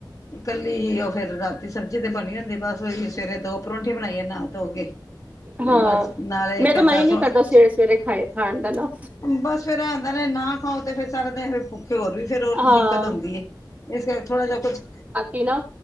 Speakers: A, on the left (about 45°); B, on the right (about 15°).
A: ਕੱਲੀ ਹੀ ਓ ਫੇਰ ਰਾ ਤੀ ਸਬਜ਼ੀ ਤੇ ਬਣੀ ਹੁੰਦੀ, ਬਸ ਓਈ ਸਵੇਰੇ ਦੋ ਪਰੋਂਂਠੀਆ ਬਣਾਈਏ ਨਾ ਧੋਕੇ ਤੇ
B: ਹਾਂ
A: ਬਸ ਨਾਲੇ
B: ਮੈਂ
A: ਇਕ
B: ਤਾਂ
A: ਅੱਧਾ
B: ਮਨ ਹੀ ਨਹੀਂ
A: <unintelligible>
B: ਕਰਦਾ ਸਵੇਰੇ ਸਵੇਰੇ ਖਾਏ ਖਾਣ ਦਾ ਨਾ
A: ਬਸ ਫੇਰ ਐ ਹੁੰਦਾ ਨਾ ਖਾਓ ਤੇ ਫਿਰ ਸਾਰਾ ਦਿਨ ਭੁੱਖ ਤੇ ਹੋਰ ਵੀ ਫੇਰ ਓ
B: ਹਾਂ
A: ਦਿੱਕਤ ਹੁੰਦੀ ਏ, ਇਸ ਕਰਕੇ ਥੋੜਾ ਜਾ ਕੁੱਛ
B: ਈ ਨਾ,